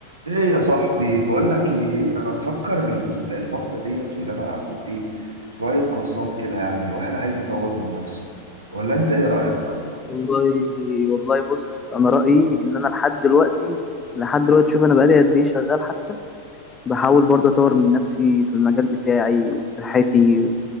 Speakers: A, on the right; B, on the left.
A: ايه يا صاحبي بقول لك ايه انا مفكر ال- الفتره ديت اللي انا اخد ايه شويه كورسات كده يعني الواحد عايز يطور من نفسه ولا انت ايه رايك
B: والله والله بص انا رايي ان انا لحد دلوقتي لحد دلوقتي شوف انا بقالي قد ايه شغال حتى بحاول برضه اطور من نفسي في المجال بتاعي وفي صحتي